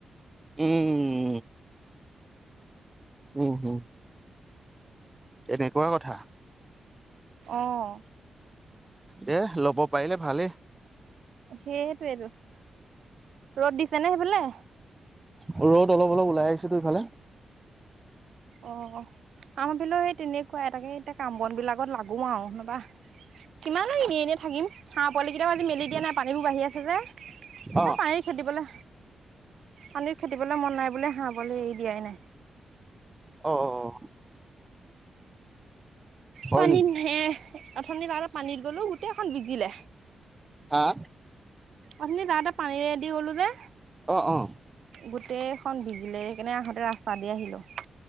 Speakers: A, on the right; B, on the right.
A: উম। উম হুম। এনেকুৱা কথা!
B: অঁ।
A: দেহ ল'ব পাৰিলে ভালেই।
B: সেইটোয়েইটো, ৰ'দ দিছে নে সেইফালে?
A: ৰ'দ অলপ অলপ ওলাই আহিছেতো এইফালে।
B: অ আমাৰফালে সেই তেনেকুৱাই তাকে এতিয়া কাম বন বিলাকত লাগো আও নহ'বা কিমানো এনেই এনেই থাকিম হাঁহ পোৱালী কেইটাও আজি মেলি দিয়া নাই পানীবোৰ বাঢ়ি আছে যে, এই
A: অ
B: পানীত খেদিবলে পানীত খেদিবলে মন নাই বুলে হাঁহ পোৱালী এৰি দিয়াই নাই।
A: অ অ। হয়
B: পানীত
A: নেকি
B: এ উঠনি তাতে পানীত গ'লো গোটেই এখন ভিজিলে।
A: হা?
B: আথনি যাওঁতে পানীৰেদি গ'লোঁ যে
A: অ, অ।
B: গোটেইখন ভিজিলে, সেইকাৰণে আহোঁতে ৰাস্তা দি আহিলো।